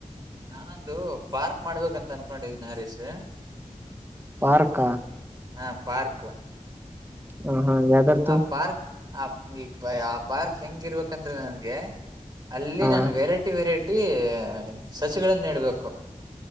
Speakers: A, on the right; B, on the right.
A: ನಾನಂದು ಪಾರ್ಕ್ ಮಾಡ್ಬೇಕಂತ ಅನ್ಕೊಂಡಿದೀನಿ ಹರೀಶ್
B: ಪಾರ್ಕ
A: ಹಾ ಪಾರ್ಕ್
B: ಹ ಹಾ ಯ್ದಾರ್ತು
A: ಆ ಪಾರ್ಕ್ ಆ ಈ ಆ ಪಾರ್ಕ್ ಹೆಂಗಿರ್ಬೇಕಂದ್ರೆ ನನ್ಗೆ ಅಲ್ಲಿ
B: ಹಾ
A: ನಾನು ವೆರೈಟಿ ವೆರೈಟಿ ಸಸಿಗಳನ್ನ ನೆಡ್ಬೇಕು